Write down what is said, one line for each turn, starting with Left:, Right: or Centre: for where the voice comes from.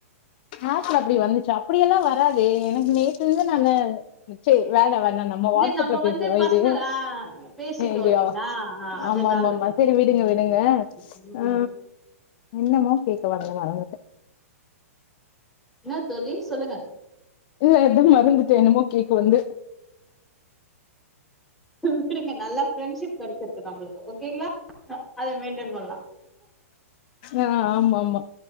Left: ஆப் ல அப்டி வந்துச்சா அப்டியெல்லாம் வராதே எனக்கு நேத்து இருந்து நானு ச்சை வேல வேல வேணா நம்ம
Centre: இல்ல
Left: வாட்ஸ்அப்ல பேசுறதா
Centre: வந்து பர்சனல்
Left: இது
Centre: ஆ பேசிட்டோ
Left: இது
Centre: இல்லைங்களா அதனால
Left: ஆமாம்மாம்மா சேரி விடுங்க
Centre: ம் ம்
Left: ஆ என்னமோ கேக்க வந்தே மறந்துடே
Centre: என்னா தோழி சொல்லுங்க
Left: இல்ல எதும் மறந்துட்டே என்னமோ கேக்க வந்து
Centre: வுட்ருங்க நல்லா ஃப்ரெண்ட்ஷிப் கெடச்சிருக்கு நம்ளுக்கு ஓகேங்ளா அத மெயின்டென் பண்லா
Left: ஆ ஆமா ஆமா